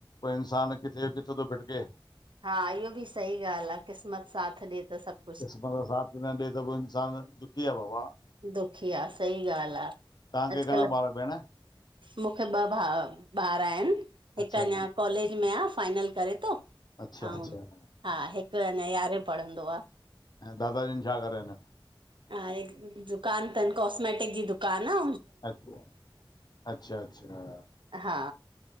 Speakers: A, on the left; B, on the right.
A: पो इंसान किथे जो किथे तो भिटके।
B: हा इहो बि सही ॻाल आ क़िस्मत साथ ॾे त सभ
A: क़िस्मत साथ न ॾे त पो इंसान दुखी आ बाबा।
B: दुखी आ, सही ॻाल आ
A: तव्हांखे
B: अॼकल
A: घणा ॿार भेण
B: मुखे ॿ भा ॿार आहिन
A: अच्छा
B: हिक अञा कॉलेज में आ फाइनल करे तो,
A: अच्छा
B: अऊं
A: अच्छा
B: हा हिक अञा यारहें पढ़ंदो आ।
A: ऐं दादाजन छा करन?
B: हिक दुकान तन, कॉस्मेटिक जी दुकान आ।
A: अच्छा, अच्छा, अच्छा
B: हा